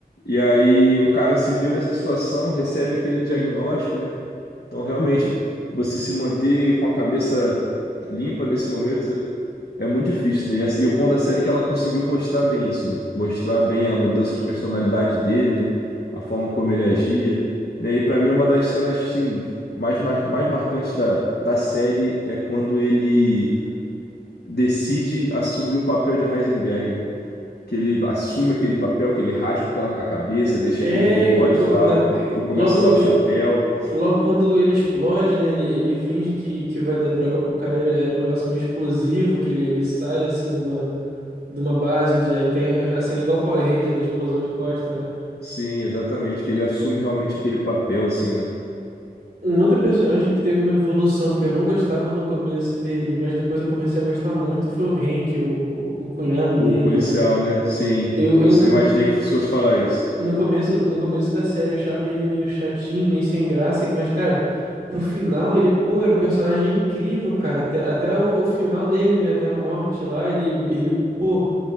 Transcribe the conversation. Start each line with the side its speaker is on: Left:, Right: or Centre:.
Left: e aí o cara se vê nessa situação, recebe aquele diagnóstico, né, então realmente, você se manter com a cabeça limpa nesse momento É muito difícil, né? E essa- e o bom da série é que ela conseguiu mostrar bem isso, né? Mostrar bem a mudança de personalidade dele, né? A forma como ele agia, né? E pra mim uma das cenas, assim, mais, mais, mais marcantes da, da série é quando ele decide assumir o papel de Heisenberg, né? Que ele assume aquele papel, que ele raspa aquela, a cabeça, deixa
Right: É,
Left: aquele bigode
Right: o co-
Left: e tal,
Right: na-
Left: ou começa
Right: logo,
Left: a usar o chapéu.
Right: logo quando ele explode, né? Ele, ele finge que, que vai dar droga pro cara, era, era um negócio meio explosivo, que ele, ele sai assim de uma, de uma base de. Aí tem a a cena igual Power Ranger da explosão de costa, né?
Left: Sim, exatamente, que ele assume realmente aquele papel, assim, né?
Right: Um outro personagem que teve uma evolução que eu não gostava no começo dele, mas depois eu comecei a gostar muito foi o Hank, o, o cunhado
Left: O
Right: dele,
Left: policial,
Right: cara.
Left: né? Sim,
Right: Eu,
Left: eu
Right: eu
Left: sei-
Right: n-
Left: imaginei que fosse falar isso.
Right: no começo, no começo da série eu achava ele meio chatinho, meio sem graça, mas cara, pro final ele, pô, era um personagem incrível, cara. Até, até o, o final dele, né, até a morte lá, ele, ele, pô,